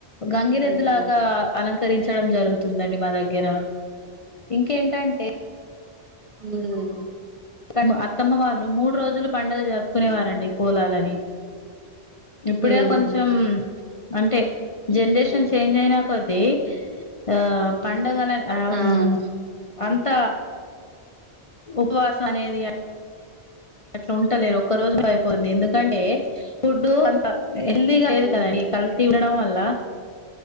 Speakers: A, on the left; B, on the right.
A: గంగిరెద్దు
B: ఉమ్
A: లాగా అలం కరించడం జరుగుతుందండి మా దగ్గర ఇంకేంటంటే
B: హ్మ్
A: క అత్తమ్మ వా మూడు రోజులు పండగ జరుపుకునేవ రండి పోలాలని ఇప్పుడే
B: ఉమ్
A: కొంచెం అంటే జనరేషన్
B: ఉమ్ ఉమ్
A: చేంజ్ అయినా కొద్దీ ఆ పండగల ఆం
B: ఆ ఆ
A: అంత ఉపవాస అనేది అ అట్లా ఉంటలేరు ఒక్క రోజులో అయిపోంది ఎందుకంటే ఫుడ్ హెల్దీగా లేదు
B: ఉమ్
A: కదండి కల్తీ తినడం వల్ల